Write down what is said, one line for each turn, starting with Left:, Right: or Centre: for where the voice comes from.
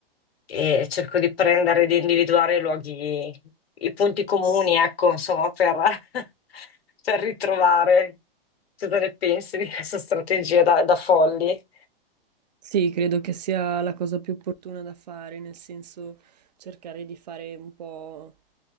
Left: e cerco di prendere, di individuare i luoghi, i punti comuni, ecco, insomma, per, <laughs> per ritrovare. Cosa ne pensi di questa strategia da, da folli?
Right: Sì, credo che sia la cosa più opportuna da fare, nel senso cercare di fare un po'